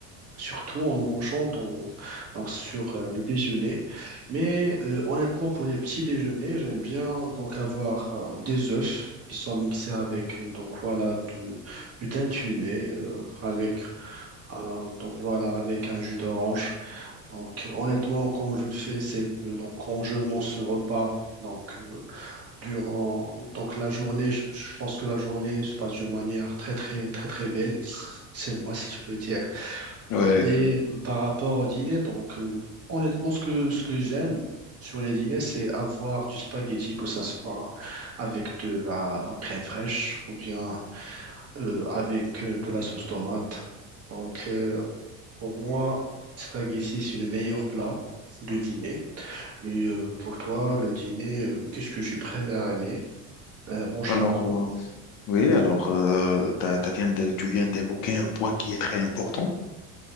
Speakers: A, on the right; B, on the left.
A: surtout en le mangeant dans- donc sur euh, le déjeuner. Mais euh, honnêtement, pour les petits déjeuners, j'aime bien donc avoir euh, des œufs qui sont mixés avec euh, donc voilà de, du thym fumé euh, avec un, donc voilà avec un jus d'orange. Donc euh, honnêtement, quand je fais cette euh, donc quand je mange ce repas Donc, euh, durant donc la journée, je, je pense que la journée se passe d'une manière très, très, très, très belle. C'est moi, si je peux dire.
B: ouais.
A: Et euh, par rapport au dîner, donc euh, honnêtement, ce que, ce que j'aime sur les dîners, c'est avoir du spaghetti, que ça soit avec de la crème fraîche ou bien euh, avec euh, de la sauce tomate. Donc euh, pour moi, spaghetti, c'est le meilleur plat de dîner. Et euh, pour toi, le dîner, euh, qu'est-ce que tu préfères aimer, euh, manger,
B: Alors,
A: pardon?
B: euh, oui, alors, euh, t'as- t'as viens de- tu viens d'évoquer un point qui est très important